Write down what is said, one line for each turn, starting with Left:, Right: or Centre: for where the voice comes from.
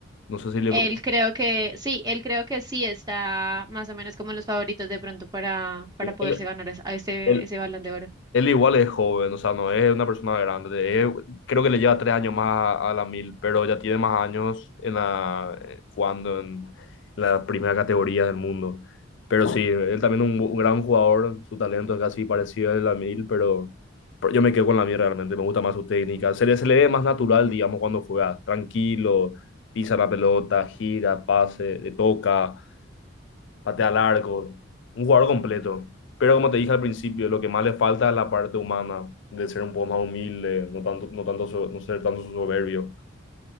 Left: No sé si le...
Right: Él creo que, sí, él creo que sí está más o menos como en los favoritos de pronto para, para
Left: Él,
Right: poderse ganar es- a ese,
Left: él,
Right: ese balón de oro.
Left: Él igual es joven, o sea, no es una persona grande. es- creo que le lleva tres años más a, a la mil, pero ya tiene más años en la, eh, jugando en la primera categoría del mundo. Pero sí, él también un, un gran jugador, su talento es casi parecido al de la mil, pero, pero yo me quedo con la mil realmente, me gusta más su técnica. Se le, se le ve más natural, digamos, cuando juega, tranquilo, pisa la pelota, gira, pase, le toca patea al arco, un jugador completo. Pero como te dije al principio, lo que más le falta es la parte humana, de ser un poco más humilde, no tanto, no tanto, so- no ser tanto soberbio.